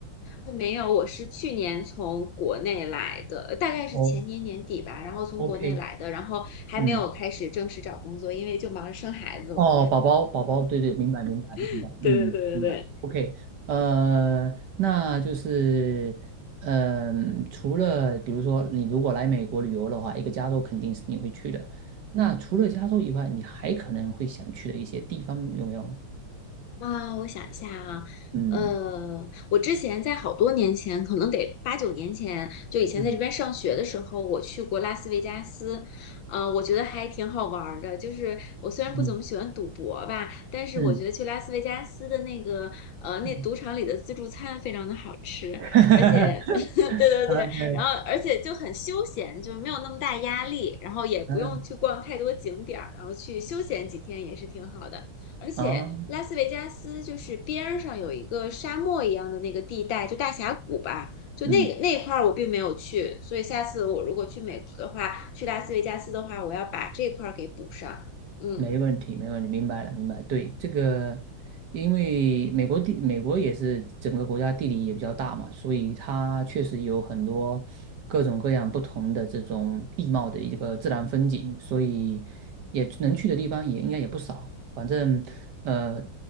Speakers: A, on the left; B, on the right.
A: 呃没有，我是去年从国内来的，呃大概是前年年底吧，
B: 哦
A: 然后从国内来的，
B: ，OK，
A: 然后还没有开始正式找工作，
B: 嗯。
A: 因为就忙着生孩子了
B: 哦，宝宝，宝宝，对对，明白，明白，
A: <laughs>
B: 明白，
A: 对对对对对。
B: 嗯，明白。OK，呃，那就是，嗯、除了比如说你如果来美国旅游的话，一个加州肯定是你会去的。那除了加州以外，你还可能会想去的一些地方有没有？
A: 啊，我想一下啊，
B: 嗯
A: 呃，我之前在好多年前，可能得八九年前，就以前在这边上学的时候，
B: 嗯
A: 我去过拉斯维加斯，呃，我觉得还挺好玩儿的。就是我虽然不怎么喜欢赌博吧，
B: 嗯
A: 但是我觉得去拉斯维加斯的那个，
B: 嗯
A: 呃，那赌场里的自助餐非常的好吃，
B: 嗯 <laughs>，OK，
A: 而且，<laughs> 对对对，然后而且就很休闲，就没有那么大压力，然后也不用去逛太多景点儿，
B: 嗯
A: 然后去休闲几天也是挺好的。而且拉斯维加斯就是边儿上有一个沙漠一样的那个地带，
B: 啊，
A: 就大峡谷吧，就那个那块儿我并没有去，
B: 嗯。
A: 所以下次我如果去美国的话，去拉斯维加斯的话，我要把这块儿给补上。嗯，
B: 没问题，没问题，明白了，明白。对，这个，因为美国地，美国也是整个国家地理也比较大嘛，所以它确实有很多各种各样不同的这种地貌的一个自然风景，所以也能去的地方也应该也不少。反正，呃，